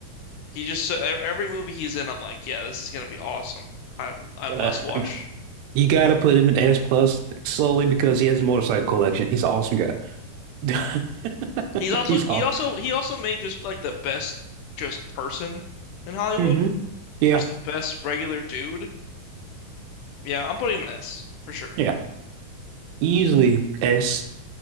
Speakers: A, on the left; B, on the right.
A: he just so, e- every movie he's in I'm like, yeah, this is gonna be awesome. I I
B: Uh,
A: must watch.
B: you gotta put him in S plus solely because he has a motorcycle collection. He's an awesome guy. <laughs>
A: He's also
B: He's
A: he
B: awesome.
A: also he also made just like the best just person in Hollywood,
B: hmm Yeah,
A: just the best regular dude. Yeah, I'm putting him an S for sure.
B: yeah. Easily S,